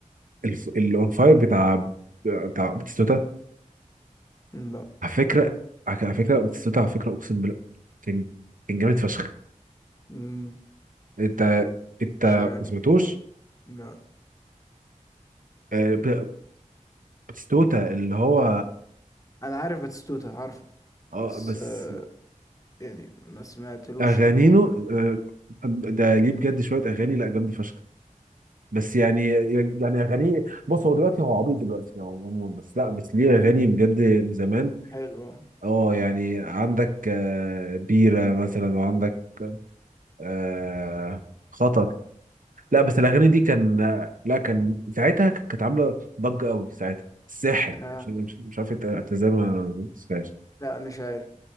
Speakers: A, on the right (about 80°); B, on the left (about 25°).
A: الف- الانفاير بتاع بتاع بتستوتا
B: لا
A: على فكره على فكره بتستوتا على فكره اقسم بالله كان كان جامد فشخ
B: مم،
A: انت انت
B: مش عارف
A: ما سمعتوش
B: لا
A: آه، ب- بتستوتا اللي هو
B: انا عارف باتيستوتا عارفه
A: اه
B: بس
A: بس
B: آه يعني ما سمعتلوش
A: اغانينه
B: اغاني
A: آه، ده ليه بجد شويه اغاني لا جامده فشخ بس يعني يعني اغانيه بص هو دلوقتي هو عبيط دلوقتي يعني عموما بس لا بس ليه اغاني بجد من زمان
B: حلوة
A: اه يعني عندك آه، بيرة مثلا وعندك آه، خطر لا بس الاغاني دي
B: مم.
A: كان لا كان ساعتها كانت عامله ضجه قوي ساعتها الساحر
B: آه.
A: مش مش, مش عارف انت ازاي ما شفتهاش
B: لا مش عارف